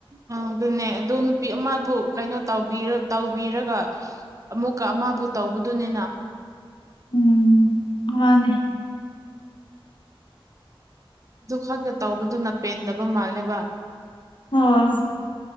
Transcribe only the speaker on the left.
ꯎꯝ ꯃꯥꯅꯦ
ꯑ